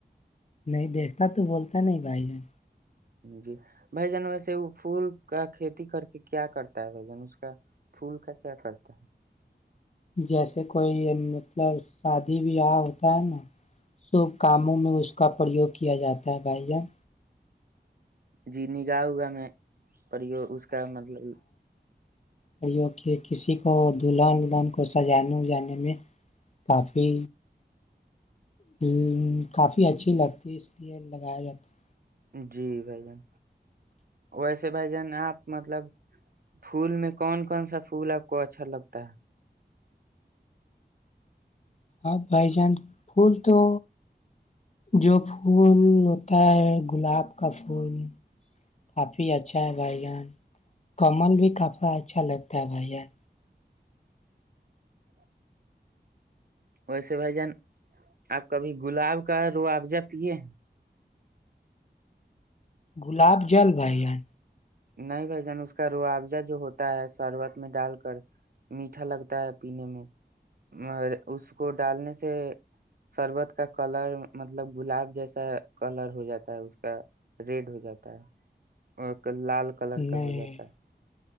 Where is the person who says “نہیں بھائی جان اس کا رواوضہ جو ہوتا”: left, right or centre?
Right